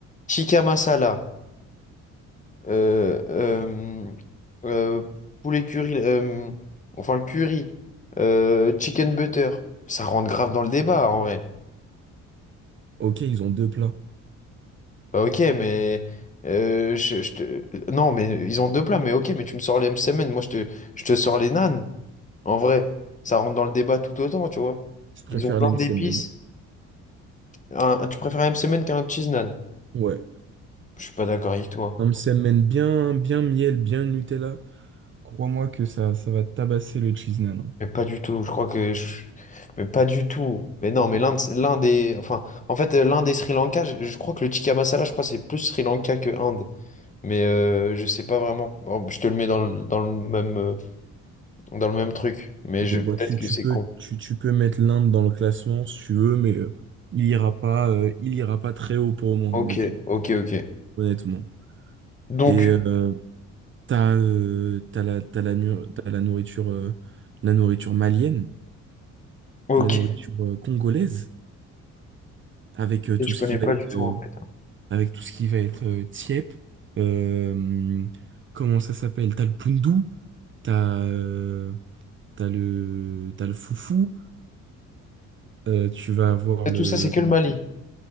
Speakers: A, on the left (about 25°); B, on the right (about 40°).
A: Tikka masala. Euh, euh, euh, poulet curry. euh, enfin, le curry. euh, chicken butter. Ça rentre grave dans le débat, en vrai.
B: Ok, ils ont deux plats.
A: Bah, ok, mais. euh, je, je te... Non, mais ils ont deux plats, mais ok, mais tu me sors les semaine moi je te, je te sors les nanes. En vrai, ça rentre dans le débat tout autant, tu vois.
B: Je préfère
A: Ils ont plein
B: les msemen.
A: d'épices. Un- tu préfères un semaine qu'un cheese nan
B: Ouais.
A: Je suis pas d'accord avec toi.
B: Un msemen bien, bien miel, bien Nutella. Crois-moi que ça, ça va tabasser le cheese naan. hein.
A: Mais pas du tout, je crois que je- Mais pas du tout. Mais non, mais l'un de- l'un des... Enfin, en fait, euh, l'un des Sri Lanka, je, je crois que le tikka masala, je crois que c'est plus Sri Lanka que Inde. Mais euh, je sais pas vraiment. Bon, je te le mets dans le, dans le même, euh, dans le même truc. Mais
B: Ok,
A: je...
B: bon,
A: peut-être
B: tu,
A: que
B: tu
A: c'est
B: peux,
A: con.
B: tu, tu peux mettre l'Inde dans le classement si tu veux, mais euh, il ira pas, euh, il ira pas très haut pour moi, honnêtement.
A: Ok, ok, ok.
B: Honnêtement.
A: Donc,
B: Et euh, t'as, euh, t'as la, t'as la, nu- t'as la nourriture, euh, la nourriture malienne,
A: ok.
B: la nourriture euh, congolaise, avec euh,
A: Et
B: tout
A: je
B: ce
A: connais
B: qui
A: pas
B: va être
A: du tout,
B: euh,
A: en fait.
B: avec tout ce qui va être euh, Tiep, euh, comment ça s'appelle? T'as le Poundou, t'as euh, t'as le t'as le Foufou, euh, tu vas avoir
A: Et
B: le.
A: Tout ça, c'est que le Mali.